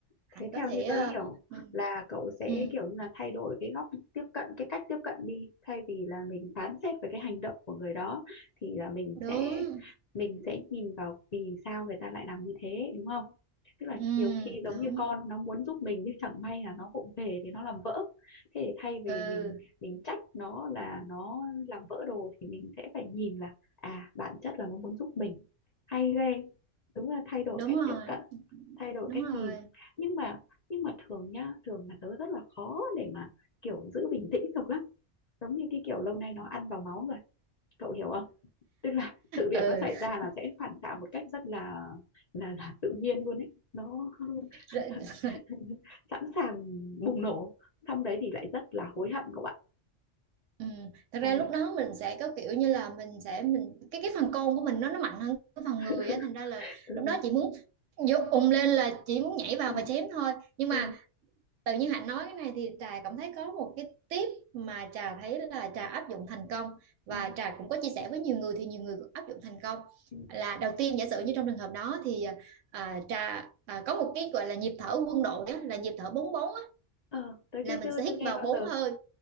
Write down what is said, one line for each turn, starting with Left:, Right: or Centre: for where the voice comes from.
Right: Hạnh
Left: thế
Right: có
Left: theo
Right: thể
Left: như
Right: ờ,
Left: tớ hiểu
Right: ừ,
Left: là cậu sẽ
Right: ừ,
Left: kiểu như là thay đổi cái góc tiếp cận cái cách tiếp cận đi thay vì là mình phán xét về cái hành động của người đó thì là mình
Right: đúng
Left: sẽ mình sẽ nhìn vào vì sao người ta lại làm như thế đúng không tức là
Right: ừ,
Left: nhiều khi giống
Right: đúng
Left: như con nó muốn giúp mình nhưng chẳng may là nó vụng về thì nó làm vỡ thế thì thay vì
Right: ừ
Left: mình mình trách nó là nó làm vỡ đồ thì mình sẽ phải nhìn là à bản chất là nó muốn giúp mình hay ghê đúng là thay đổi
Right: đúng
Left: cách
Right: rồi
Left: tiếp cận thay đổi
Right: đúng
Left: cách
Right: rồi
Left: nhìn nhưng mà nhưng mà thường nhá thường là tớ rất là khó để mà kiểu giữ bình tĩnh được lắm giống như cái kiểu lâu nay nó ăn vào máu rồi cậu hiểu không tức là sự việc
Right: ừ
Left: nó xảy ra là sẽ phản xạ một cách rất là là là tự nhiên luôn ấy nó
Right: Rồi-
Left: <laughs> sẵn sàng bùng nổ xong đấy thì lại rất là hối hận cậu ạ
Right: ừ. thật ra
Left: sau đấy
Right: lúc đó mình sẽ có kiểu như là mình sẽ mình cái cái phần côn của mình nó nó mạnh hơn cái
Left: <laughs>
Right: phần người á thành ra là
Left: ừ.
Right: lúc đó chị muốn vô ùm lên là chỉ muốn nhảy vào
Left: ừ
Right: và chém thôi nhưng
Left: ừ
Right: mà tự nhiên Hạnh nói cái này thì Trà cảm thấy có một cái tip mà Trà thấy là Trà áp dụng thành công và
Left: ừ
Right: Trà cũng có chia sẻ với nhiều người thì nhiều người cũng áp dụng thành công
Left: ừ.
Right: là đầu tiên giả sử như trong trường hợp đó thì à, Trà à, có một cái gọi là nhịp thở quân đội á, là nhịp thở bốn bốn á,
Left: ờ tớ
Right: là
Left: chưa
Right: mình
Left: chưa
Right: sẽ hít
Left: chưa nghe
Right: vào
Left: bao
Right: bốn
Left: giờ
Right: hơi